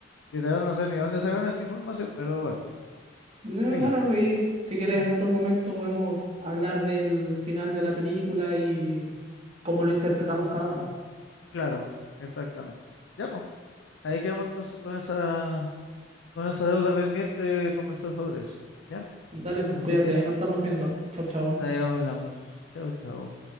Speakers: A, on the left; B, on the right.
A: Literal, no sé ni dónde sacaron esa información, pero bueno,
B: No,
A: filo.
B: bueno, y si quieres
A: <clears throat>
B: en otro momento podemos hablar del final de la película y cómo lo interpretamos cada uno.
A: Claro, exactamente. Ya, pues, ahí quedamos entonces con esa, con esa deuda pendiente de conversar sobre eso. ¿Ya?
B: Dale, pues
A: Así
B: cuídate,
A: que
B: ahí nos estamos viendo. Chau, chau.
A: de ahí hablamos. Chao, chao.